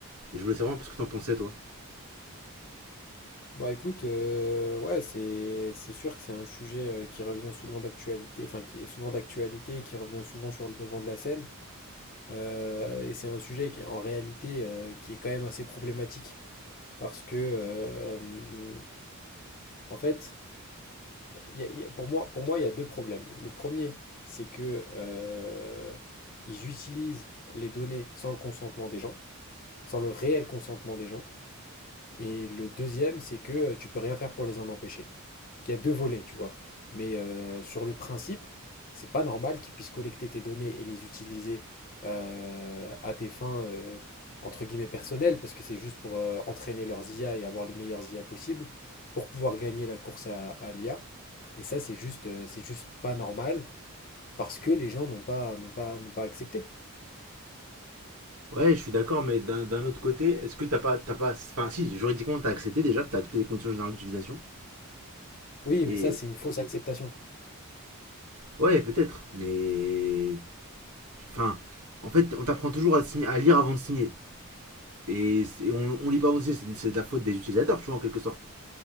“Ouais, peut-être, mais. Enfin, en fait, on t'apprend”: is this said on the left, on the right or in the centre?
Right